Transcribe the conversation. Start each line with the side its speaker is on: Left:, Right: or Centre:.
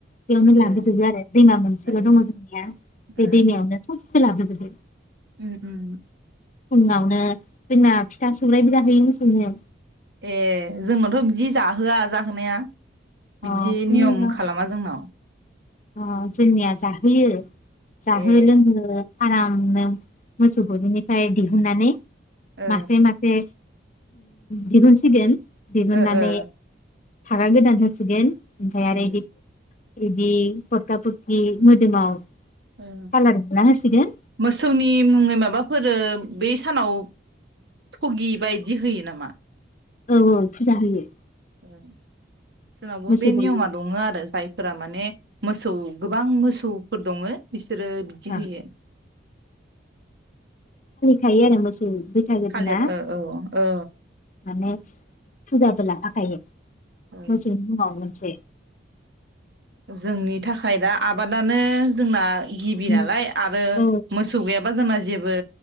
Left: बेयावनो लाबोजोबो
Right: ओ
Left: आरो दैमा मोनसेल'
Right: ओ
Left: दङ जोंनिया बे
Right: ओ
Left: दैमायावनो सब बो लाबोजोबो
Right: उम उम
Left: फुङावनो जोंना फिथा सौराइबो जाहैयो मोसौनो
Right: ए जोंनाथ' बिदि जाहोआ जाहोनाया
Left: अ
Right: बिदि
Left: फुङाव
Right: नियम खालामा जोंनाव
Left: अ जोंनिया जाहोयो जाहोनो
Right: ए
Left: लोंहोनो आरामनो मोसौ गलिनिफ्राय दिहुननानै
Right: ओ
Left: मासे मासे दिरुनसिगोन दिहुननानै
Right: ओ ओ
Left: फागा गोदान हो सिगोन ओमफाय
Right: उम
Left: आरो इदि बिदि पाखा फोरखौ मोदोमाव
Right: ओ
Left: कालार बुना होसिगोन
Right: मोसौनि मुङै माबाफोरो बै सानाव थगि बायदि होयो नामा मा
Left: औ औ फुजा होयो
Right: औ जनावबो
Left: मोसौ
Right: बे
Left: गलि
Right: नियमा दङ आरो जाय फोर माने मोसौ गोबां मोसौफोर दङो बिसोरो बिदि
Left: आ
Right: होयो
Left: थायो आरो मोसौ बैसागो
Right: थालिर
Left: दिना
Right: ओ औ
Left: नेक्स्ट फुजाबो लाखाखायो
Right: ओ
Left: मोसौ मावनोसै
Right: जोंनि थाखाय दा आबादानो जोंना गिबि
Left: उम
Right: नालाय आरो
Left: औ
Right: मोसौ गैयाबा जोंना जेबो